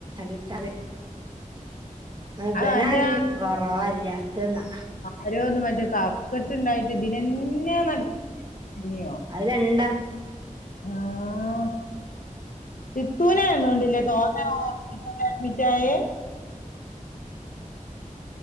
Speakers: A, on the right; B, on the left.
A: ഇച്ച് അറിയാ ഇബനാനി
B: അത് അന്റെ ആ
A: കുറവല്ലാത്ത് ന്ന
B: ആരോന്ന് മറ്റേ കഫ്ക്കെട്ട് ണ്ടായിട്ട് ഇത് നന്നെ നടന്നിലേയ്നോ
A: അയ് രണ്ട
B: ആഹ് സിത്തൂന്നോണ്ടില്ലേ തോന്നന ഹോ അഡ്മിറ്റായെ